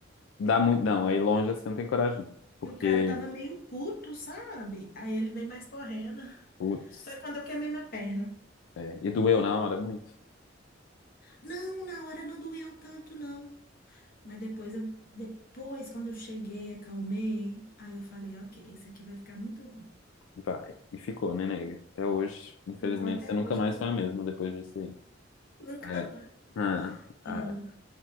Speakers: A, on the left; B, on the left.
A: dá muito. Não, aí longe assim não tem coragem, não. Porque,
B: E o cara tava meio puto, sabe? Aí ele vem mais correndo.
A: putz,
B: Foi quando eu queimei minha perna.
A: é, e doeu na hora muito.
B: Não, na hora não doeu tanto, não. Mas depois, eu, depois quando eu cheguei, acalmei. Aí eu falei, ok, isso aqui vai ficar muito ruim.
A: Vai. E ficou, né, nega? Até hoje, infelizmente,
B: Ficou até
A: você nunca
B: hoje,
A: mais foi a mesma depois disso aí.
B: <laughs> Nunca
A: É.
B: mais.
A: Ah, ah.
B: Ah,